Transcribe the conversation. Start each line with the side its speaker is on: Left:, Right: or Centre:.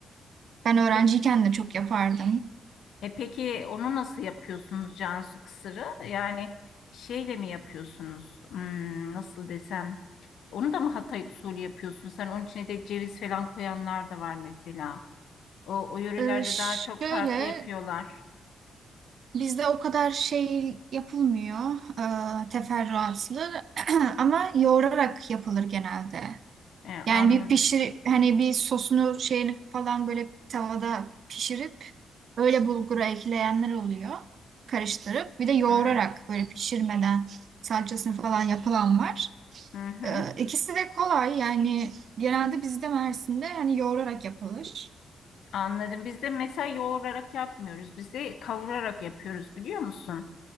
Right: Ben öğrenciyken
Left: pe-
Right: de çok yapardım.
Left: e, peki onu nasıl yapıyorsunuz Cansu kısırı? Yani şeyle mi yapıyorsunuz? Hmm, nasıl desem? Onu da mı Hatay usulü yapıyorsun? Sen onun içine de ceviz falan koyanlar da var mesela. O, o yörelerde
Right: Ee, şöyle
Left: daha çok farklı yapıyorlar.
Right: bizde o kadar şey yapılmıyor. ee, teferruatlı <clears throat> ama yoğurarak yapılır genelde.
Left: E,
Right: Yani
Left: anladım.
Right: bir pişir hani bir sosunu şeyini falan böyle tavada pişirip öyle bulgura ekleyenler oluyor. Karıştırıp bir de yoğurarak
Left: Hı hı,
Right: böyle pişirmeden salçasını falan yapılan var.
Left: hı hı.
Right: Ee, İkisi de kolay yani genelde bizde Mersin'de hani yoğurarak yapılır.
Left: Anladım. Biz de mesela yoğurarak yapmıyoruz. Biz de kavurarak yapıyoruz biliyor musun?